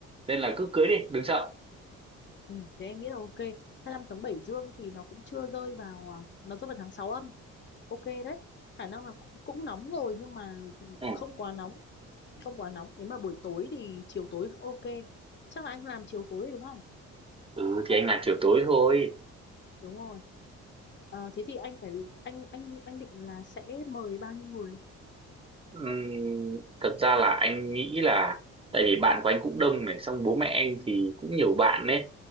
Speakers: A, on the right (about 20°); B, on the left (about 40°).
A: nên là cứ cưới đi đừng sợ
B: Ừ. thế em nghĩ là ok 25 tháng 7 Dương thì nó cũng chưa rơi vào à, nó rơi vào tháng 6 âm ok đấy khả năng là cũng, cũng nóng rồi nhưng mà
A: ừ,
B: không quá nóng không quá nóng nếu mà buổi tối thì chiều tối ok chắc là anh làm chiều tối đúng không
A: ừ thì anh làm chiều tối thôi
B: đúng rồi Ờ, thế thì anh phải anh anh anh định là sẽ mời bao nhiêu người
A: Ừm, thật ra là anh nghĩ là tại vì bạn của anh cũng đông này xong bố mẹ anh thì cũng nhiều bạn đấy